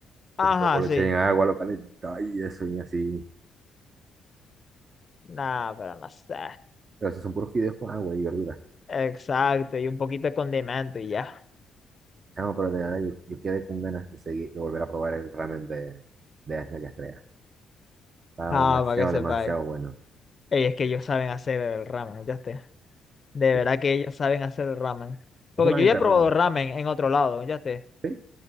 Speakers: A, on the left (about 35°); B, on the right (about 40°).
A: Ajá,
B: que se lo
A: sí.
B: echan en agua, lo calienta y eso y así.
A: Nah, pero no sé.
B: Pero esos son puros fideos con agua y verduras.
A: Exacto, y un poquito de condimento y ya.
B: Chamo, pero de verdad yo, yo quedé con ganas de seguir, de volver a probar el ramen de, de Ángel y Estrella. Estaba
A: Ah,
B: demasiado,
A: para que sepáis.
B: demasiado bueno.
A: Ey, es que ellos saben hacer el ramen, ya esté. De
B: sí.
A: verdad que ellos saben hacer el ramen. Porque
B: No solamente
A: yo ya he probado
B: ramen,
A: ramen en otro lado, ya esté.
B: sí.